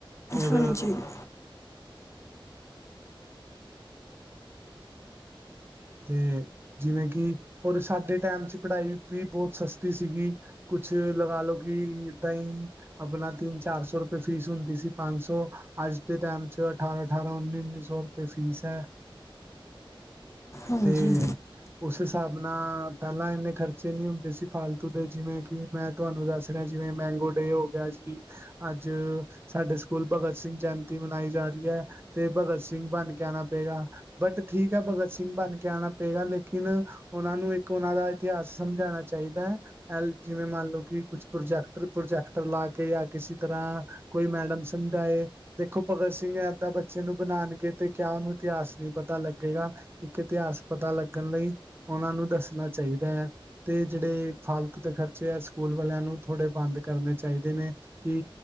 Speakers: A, on the right (about 25°); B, on the left (about 30°).
A: ਔਰ
B: ਜੀ-ਜੀ <unintelligible>
A: ਤੇ ਜਿਵੇਂ ਕਿ, ਪਰ ਸਾਡੇ ਟਾਈਮ ਚ ਪੜ੍ਹਾਈ ਵੀ ਬਹੁਤ ਸਸਤੀ ਸੀਗੀ। ਕੁਛ ਲਗਾ ਲੋ ਕਿ ਇਦਾਂ ਹੀ ਆਪਣਾ ਤਿੰਨ, ਚਾਰ ਸੌ ਰੁਪਏ ਫੀਸ ਹੁੰਦੀ ਸੀ ਪੰਜ ਸੌ। ਅੱਜ ਦੇ ਟਾਈਮ ਚ ਅਠਾਰਾਂ-ਅਠਾਰਾਂ, ਉੱਨੀ-ਉੱਨੀ ਸੌ ਤੇ ਫੀਸ ਹੈ।
B: ਹਾਂਜੀ
A: ਤੇ ਉਸ ਹਿਸਾਬ ਨਾਲ ਪਹਿਲਾਂ ਇੰਨੇ ਖਰਚੇ ਨਹੀਂ ਹੁੰਦੇ ਸੀ ਫਾਲਤੂ ਦੇ ਜਿਵੇਂ ਕਿ ਮੈਂ ਤੁਹਾਨੂੰ ਦੱਸ ਰਿਹਾ, ਜਿਵੇਂ ਮੈਂਗੋ ਡੇ ਹੋ ਗਿਆ ਜੀ ਅੱਜ, ਸਾਡੇ ਸਕੂਲ ਭਗਤ ਸਿੰਘ ਜੈਯੰਤੀ ਮਨਾਈ ਜਾ ਰਹੀ ਹੈ ਤੇ ਭਗਤ ਸਿੰਘ ਬਣ ਕੇ ਆਉਣਾ ਪਏਗਾ। ਬਟ, ਠੀਕ ਹੈ ਭਗਤ ਸਿੰਘ ਸਿੰਘ ਬਣ ਕੇ ਆਉਣਾ ਪਏਗਾ। ਲੇਕਿਨ, ਉਹਨਾਂ ਨੂੰ ਇੱਕ ਉਹਨਾਂ ਦਾ ਇਤਿਹਾਸ ਸਮਝਾਉਣਾ ਚਾਹੀਦਾ ਹੈ। ਜਿਵੇਂ ਮੰਨ ਲਓ ਕਿ ਕੁਛ ਪ੍ਰੋਜੈਕਟਰ, ਪ੍ਰੋਜੈਕਟਰ ਲਾ ਕੇ ਜਾਂ ਕਿਸੇ ਤਰ੍ਹਾਂ ਕੋਈ ਮੈਡਮ ਸਮਝਾਏ। ਦੇਖੋ ਭਗਤ ਸਿੰਘ ਏਦਾਂ ਬੱਚੇ ਨੂੰ ਬਣਾਉਣਗੇ ਤੇ ਕਿਆ ਉਹਨੂੰ ਇਤਿਹਾਸ ਨਹੀਂ ਪਤਾ ਲੱਗੇਗਾ? ਇੱਕ ਇਤਿਹਾਸ ਪਤਾ ਲੱਗਣ ਲਈ ਉਹਨਾਂ ਨੂੰ ਦੱਸਣਾ ਚਾਹੀਦਾ ਹੈ। ਤੇ ਜਿਹੜੇ ਫਾਲਤੂ ਦੇ ਖਰਚੇ ਆ ਸਕੂਲ ਵਾਲਿਆਂ ਨੂੰ ਥੋੜੇ ਬੰਦ ਕਰਨੇ ਚਾਹੀਦੇ ਨੇ ਕਿ